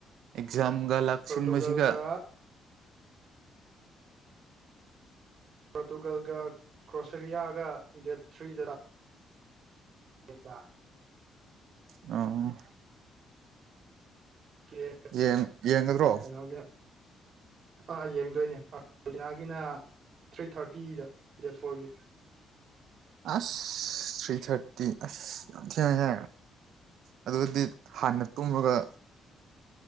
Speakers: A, on the right (about 75°); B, on the right (about 55°).
A: ꯖꯝꯒ ꯂꯥꯛꯁꯤꯟꯕꯁꯤꯒ
B: ꯄꯣꯔꯇꯨꯒꯜꯒ ꯄꯣꯔꯇꯨꯒꯜꯒ ꯀ꯭ꯔꯣꯁꯔꯤꯌꯥꯒ ꯗꯦꯠ ꯊ꯭ꯔꯤꯗ ꯀ
A: ꯑꯣ
B: ꯦ
A: ꯌꯦꯡ ꯌꯦꯡꯒꯗ꯭ꯔꯣ
B: ꯀꯩꯅꯣꯒ ꯑꯥ ꯌꯦꯡꯗꯣꯏꯅꯦꯅꯥꯒꯤꯅ ꯊ꯭ꯔꯤ ꯊꯥꯔꯇꯤꯗ ꯗꯦꯠ ꯐꯣꯔꯒꯤ
A: ꯑꯁ ꯊ꯭ꯔꯤ ꯊꯥꯔꯇꯤ ꯑꯁ ꯍꯦ ꯍꯦ ꯑꯗꯨꯗꯤ ꯍꯥꯟꯅ ꯇꯨꯝꯃꯒ